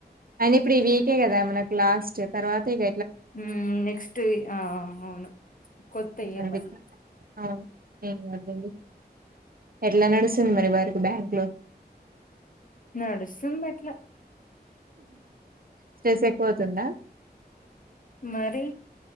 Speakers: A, on the right (about 60°); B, on the left (about 50°).
A: అయిన ఇప్పుడు ఈ వీకే కదా మన లాస్ట్ తర్వాత ఇగ
B: హ నెక్స్ట్ ఆ అవును కొత్త ఇయర్
A: అందుకే
B: మళ్లీ
A: అవును ఏం కాద్దండి ఎట్లా నడుస్తుంది మరి వారికి బ్యాంకులో
B: నడుస్తుంది అట్ల
A: స్ట్రెస్ ఎక్కువ అవుతుందా
B: మరి